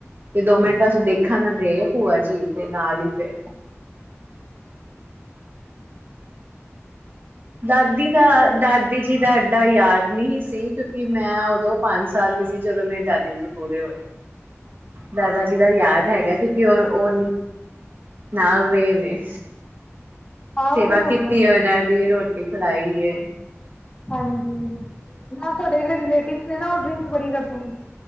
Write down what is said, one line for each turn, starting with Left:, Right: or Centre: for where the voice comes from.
Right: ਤੇ ਦੋ
Left: ਅੱਛਾ
Right: ਮਿੰਟ ਬਸ ਉਹ ਦੇਖਨ ਗਏ ਭੂਆ ਜੀ ਤੇ ਨਾਲ ਹੀ ਫੇਰ
Left: ਹਮ <unintelligible>
Right: ਦਾਦੀ ਦਾ
Left: ਕਰਦੇ
Right: ਦਾਦੀ
Left: ਆ
Right: ਜੀ ਦਾ ਐਡਾ ਯਾਦ <unintelligible> ਮੈਂ ਉਦੋਂ ਪੰਜ ਸਾਲ ਦੀ ਸੀ ਜਦੋਂ ਮੇਰੇ ਦਾਦੀ ਜੀ ਪੂਰੇ ਹੋਏ। ਦਾਦਾ ਜੀ ਦਾ ਯਾਦ ਹੈਗਾ ਕਿਉਂਕਿ ਉ ਉਹ ਨਾਲ ਰਹੇ ਨੇ।
Left: ਆਹ
Right: ਸੇਵਾ
Left: ਉਹ ਤੇ ਹੁੰਦਾ
Right: ਕੀਤੀ
Left: ਹੀ
Right: ਹੈ ਉਹਨਾਂ
Left: ਆ
Right: ਦੀ ਰੋਟੀ ਫੜਾਈ ਏ।
Left: ਹਾਂਜੀ ਨਾ ਤੁਹਾਡੇ ਜਿਹੜੇ ਰਿਲੇਟਿਵ ਨੇ ਨਾ ਉਹ ਡਿੰਕ ਬੜੀ ਕਰਦੇ